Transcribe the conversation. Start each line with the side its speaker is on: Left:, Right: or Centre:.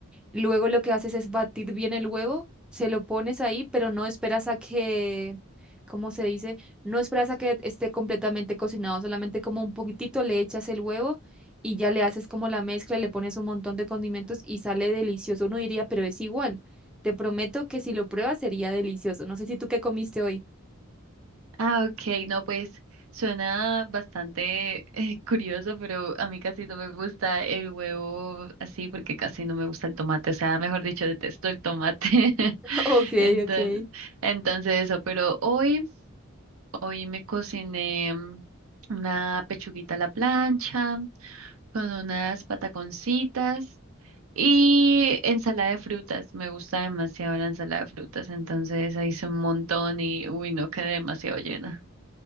Centre: Luego lo que haces es batir bien el huevo, se lo pones ahí, pero no esperas a que, ¿cómo se dice? No esperas a que esté completamente cocinado, solamente como un poquitito le echas el huevo y ya le haces como la mezcla, le pones un montón de condimentos y sale delicioso. Uno diría, pero es igual. Te prometo que si lo pruebas sería delicioso. No sé si tú qué comiste hoy.
Right: Ah, ok, no, pues suena bastante eh, curioso, pero a mí casi no me gusta el huevo así porque casi no me gusta el tomate, o sea, mejor dicho, detesto el tomate. <laughs>
Centre: <laughs> Ok,
Right: Entonces,
Centre: ok.
Right: entonces eso, pero hoy, hoy me cociné mm, una pechuguita a la plancha con unas pataconcitas. Y ensalada de frutas, me gusta demasiado la ensalada de frutas, entonces ahí hice un montón y uy, no quedé demasiado llena.